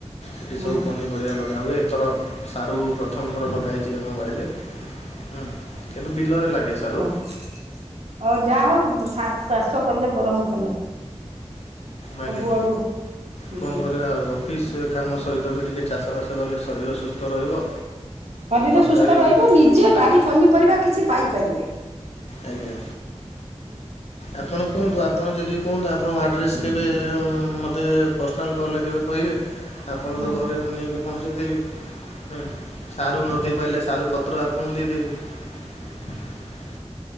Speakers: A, on the left (about 65°); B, on the right (about 70°).
A: ଏଠି
B: ହୁଁ
A: ସବୁ ପନିପରିବା ଲଗା ହୁୁଏ। ଏଥର ସାରୁ ପ୍ରଥମଥର ଲଗାହଇଚି ଆମ ବାଡ଼ିରେ। ହୁଁ। କିନ୍ତୁ, ବିିଲରେ ଲାଗେ। ସାରୁ
B: ଓହୋଃ। ହଉ ଯାହା ହଉ ସା ଚାଷ କଲେ ବରଂ ଭଲ।
A: ଆଜ୍ଞା।
B: ସବୁଆଡ଼ୁ ହୁଁ
A: କଣ କରିବା ଆଉ? ଅଫିସ୍ କାମ ସହିତ ବି ଟିକିଏ ଚାଷବାସ କଲେ ଶରୀର ସୁସ୍ଥ ରହିବ।
B: ଶରୀର
A: ଟଙ୍କା
B: ସୁସ୍ଥ
A: ବି
B: ରହିବ। ନିଜେ ବାଡି
A: ଆଜ୍ଞା
B: ପନିପରିବା କିଛି ପାଇପାରିବେ।
A: ଆଜ୍ଞା। ଆପଣ କୁହନ୍ତୁ। ଆପଣ ଯଦି କୁହନ୍ତୁ ଆପଣଙ୍କ ଆଡ୍ରେସ୍। କେବେ ମୋତେ ପର୍ସନାଲ୍ କଲ୍ ରେ କେବେ କହିବେ। ଆପଣଙ୍କ
B: ହଁ
A: ଘରେ ମୁଁ ନେଇକି ପହଞ୍ଚାଇ ଦେବି। ହୁଁ ସାରୁ ନଦେଇ ପାରିଲେ ସାରୁ ପତ୍ର ଆପଣଙ୍କୁ ଦେଇ ଦେବି। <inaudible>